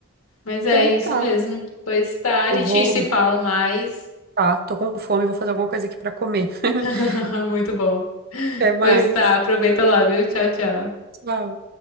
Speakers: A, on the left; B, on the right.
A: Mas é
B: Então
A: isso
B: tá.
A: mesmo. Pois tá, a
B: Eu
A: gente
B: vou.
A: se fala mais.
B: Tá, tô com fome, vou fazer alguma coisa aqui pra comer. <laughs>
A: <laughs> Muito bom.
B: Até mais.
A: Pois tá, aproveita lá, viu? Tchau, tchau.
B: Tchau.